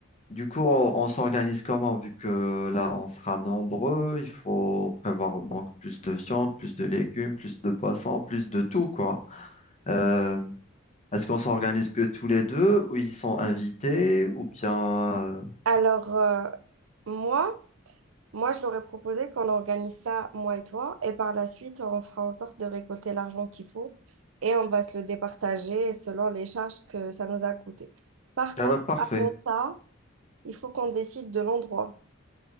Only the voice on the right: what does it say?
Alors, euh, moi, Moi, je leur ai proposé qu'on organise ça, moi et toi, et par la suite, on fera en sorte de récolter l'argent qu'il faut et on va se le départager selon les charges que ça nous a coûté. Par contre,
avant ça, il faut qu'on décide de l'endroit.